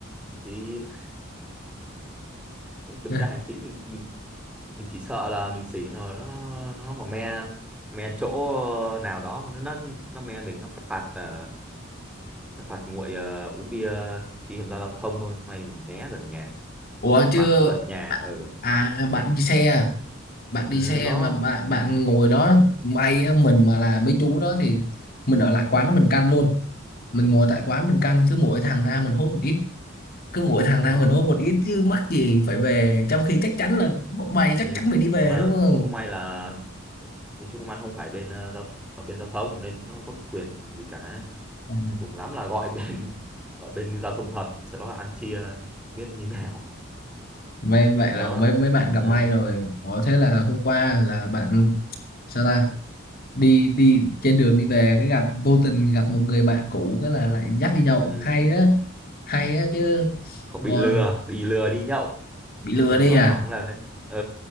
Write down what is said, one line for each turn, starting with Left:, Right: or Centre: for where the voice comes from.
Centre: thì kiểm
Left: <laughs>
Centre: tra hành chính mình mình mình chỉ sợ là mình xỉ rồi nó nó mà me me chỗ nào đó nó nó me mình nó phạt ờ, nó phạt nguội ờ, uống bia khi tham gia giao thông thôi may mình né gần nhà
Left: ủa
Centre: cái
Left: chứ
Centre: quán cũng gần nhà ở ừ.
Left: À bạn đi xe à? bạn
Centre: Ừ,
Left: đi xe
Centre: đó
Left: mà bạn, bạn ngồi đó may á, mình mà là mấy chú đó thì mình ở lại quán đó mình căn luôn mình ngồi tại quán mình căn cứ mỗi thằng ra mình hốt một ít cứ mỗi thằng
Centre: thì đó
Left: ra mình hốt một ít chứ mắc gì phải về trong khi chắc chắn là bọn mày
Centre: ừ.
Left: chắc chắn phải đi về
Centre: nhưng mà
Left: đúng không
Centre: cũng may là mình chú công an không phải bên ờ, giao ở bên giao thông nên cũng không có quyền gì cả
Left: à,
Centre: cùng lắm là gọi bên <laughs> gọi bên giao thông thật sau đó là ăn chia không biết như nào
Left: vậy vậy là
Centre: đó
Left: mấy mấy bạn gặp
Centre: ừ,
Left: may rồi Ủa thế là hôm qua là bạn sao ta đi đi trên đường đi về cái gặp vô tình gặp một người bạn cũ cái là lại dắt đi nhậu
Centre: ừ.
Left: hay đó hay đó chứ
Centre: không bị
Left: còn
Centre: lừa bị lừa đi nhậu
Left: bị lừa
Centre: đừng
Left: đi
Centre: nói
Left: à
Centre: thẳng là thế. ừ